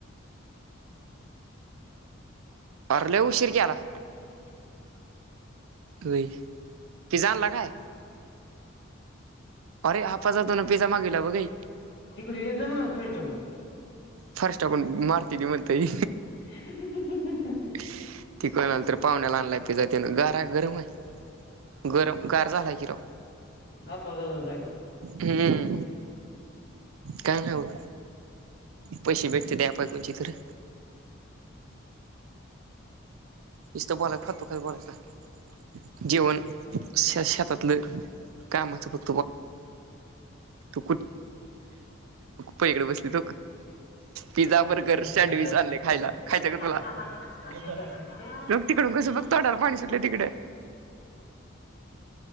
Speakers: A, on the right (about 85°); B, on the left (about 55°).
A: अरे लई उशर केला
B: <unintelligible>
A: लई पिजा आण ला काय? अरे <unintelligible> दादानं पिजा मागितला बघ ये
B: तिकडे येत जा म्हणावं <unintelligible> टाकून.
A: फार्स्ट टाकून मारत्याती म्हणतय.
B: <unintelligible>
A: <unintelligible> तर पाहुण्याला आणला पिजा त्यानं गार गरम आहे. गरम गार झालाय कि र
B: आपला दादा जागा
A: हम्म. काय नाय बघ. पैसे भेटते <unintelligible> तरी निस्त <unintelligible> जेवण शे शेतातलं कामाचं फक्त तो <unintelligible> पलीकडे बसली तो पिझ्झा
B: साहेब
A: बर्गर सँडविच आणल खायला खायच काय तुला <unintelligible> तिकडून. कसं बग तोंडाला पाणी सुटलं तिकडे